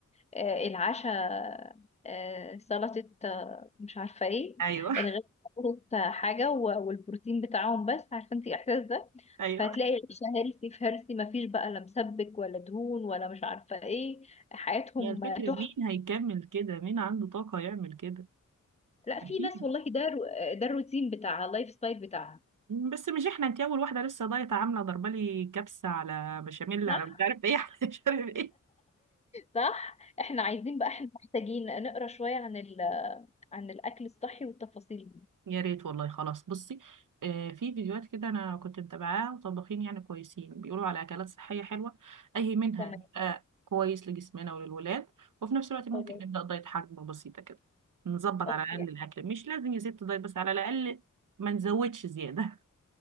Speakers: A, on the left; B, on the right.
A: آه، العشاء آه، سلطة آه، مش عارفة ايه
B: ايوه
A: الغدا سلطة حاجة و- والبروتين بتاعهم بس عارفة انت الإحساس ده
B: ايوه
A: فهتلاقي العشاء هيلثي في هيلثي مفيش بقى لا مسبك ولا دهون ولا مش عارفة ايه حياتهم
B: هي الفكره
A: آه، تحفة
B: مين هيكمل كده مين عنده طاقه يعمل كده
A: لا في
B: أكيد.
A: ناس والله ده رو- آه، ده الروتين بتاعها اللايف ستايل بتاعها
B: بس مش احنا انت اول واحده لسه دايت عامله ضربه لي كبسه على بشاميل
A: صح
B: على مش عارف ايه على مش عارف ايه
A: صح احنا عايزين بقى احنا محتاجين نقرا شوية عن ال... عن الأكل الصحي والتفاصيل دي
B: يا ريت والله خلاص بصي آه، في فيديوهات كده انا كنت متابعاها وطباخين يعني كويسين بيقولوا على اكلات صحيه حلوه اي منها
A: تمام
B: آه، كويس لجسمنا وللولاد وفي نفس الوقت ممكن
A: خلاص
B: نبدا دايت حجم بسيطه كده نظبط
A: اوكي
B: على الاقل الاكل مش لازم يا ست دايت بس على الاقل ما نزودش زياده